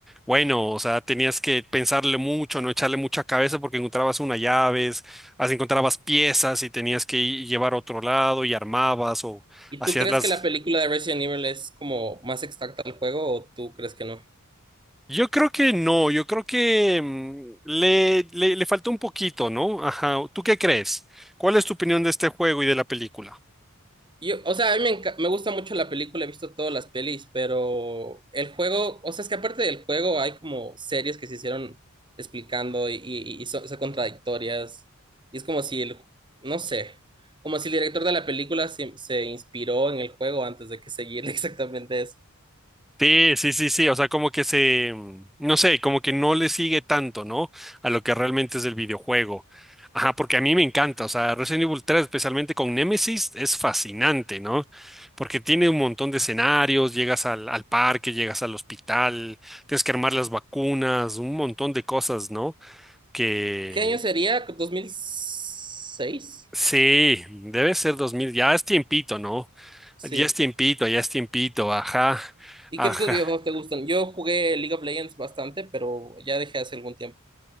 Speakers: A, in the centre; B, on the right.
A: bueno, o sea, tenías que pensarle mucho, no echarle mucha cabeza porque encontrabas unas llaves, así encontrabas piezas y tenías que i- llevar a otro lado y armabas o
B: ¿Y
A: hacías
B: tú crees
A: las,
B: que la película de Resident Evil es como más exacta al juego o tú crees que no?
A: Yo creo que no, yo creo que mm, le, le, le falta un poquito, ¿no? Ajá, ¿tú qué crees? ¿Cuál es tu opinión de este juego y de la película?
B: Yo, o sea, a mí me, enca- me gusta mucho la película, he visto todas las pelis, pero el juego, o sea, es que aparte del juego hay como series que se hicieron explicando y, y, y son, son contradictorias. Y es como si el, no sé, como si el director de la película se, se inspiró en el juego antes de que seguir <laughs> exactamente eso.
A: Sí, sí, sí, sí, o sea, como que se, mm, no sé, como que no le sigue tanto, ¿no? A lo que realmente es el videojuego. Ajá, porque a mí me encanta, o sea, Resident Evil 3, especialmente con Nemesis, es fascinante, ¿no? Porque tiene un montón de escenarios, llegas al, al parque, llegas al hospital, tienes que armar las vacunas, un montón de cosas, ¿no? que
B: ¿Qué año sería? ¿2006?
A: Sí, debe ser 2000, ya es tiempito, ¿no?
B: Sí.
A: Ya es tiempito, ya es tiempito, ajá,
B: ¿Y
A: ajá,
B: qué otros videojuegos te gustan? Yo jugué League of Legends bastante, pero ya dejé hace algún tiempo.